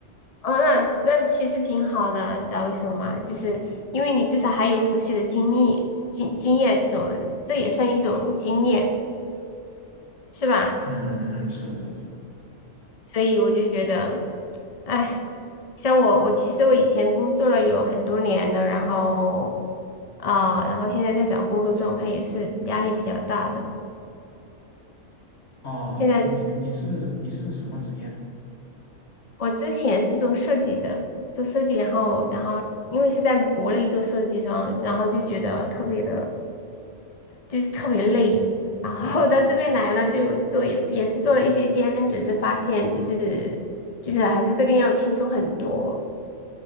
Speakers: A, on the left; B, on the left.
A: 哦，那那其实挺好的，你知道为什么吗？就是因为你至少还有实习的经历、经经验这种的，这也算一种经验，是吧？
B: 嗯嗯，是是是。
A: 所以我就觉得，哎，像我，我其实我以前工作了有很多年了，然后啊、然后现在在找工作状态也是压力比较大的。
B: 哦，
A: 现在
B: 你你是你是什么职业呢？
A: 我之前是做设计的，做设计，然后然后因为是在国内做设计，装，然后就觉得特别的。就是特别累。然后到这边来了，就做也是做了一些兼职，就发现就是就是还是这边要轻松很多，